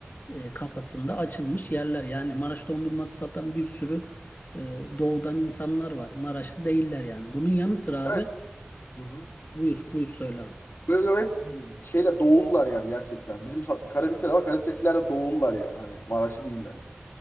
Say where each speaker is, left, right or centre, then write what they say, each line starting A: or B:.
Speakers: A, on the left; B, on the left.
A: e, kafasında açılmış yerler. Yani Maraş dondurması satan bir sürü e, doğudan insanlar var. Maraşlı değiller yani. Bunun yanı sıra abi
B: Evet.
A: e,
B: Hı hı.
A: buyur buyur söyle abi.
B: Böyle hep şeyler doğullar yani gerçekten. Bizim Sa- Karabük'te de var. Karabük'tekiler de doğullar yani. Hani Maraşlı değiller.